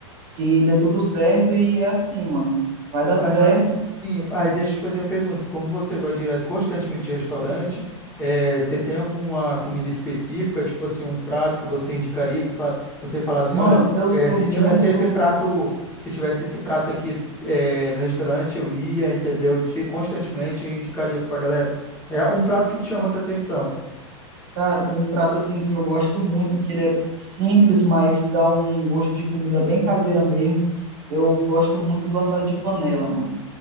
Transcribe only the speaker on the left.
Ah,
mas, sim, aí deixa eu te fazer uma pergunta. Como você vai direto constantemente ao restaurante, eh, você tem alguma comida específica, tipo assim, um prato que você indicaria que fa- você falasse,
assim, olha,
eh, se
tivesse esse prato, se tivesse esse prato aqui, eh, no restaurante, eu ia, entendeu? De, constantemente eu indicaria pra galera. É um prato que te chama a tua atenção.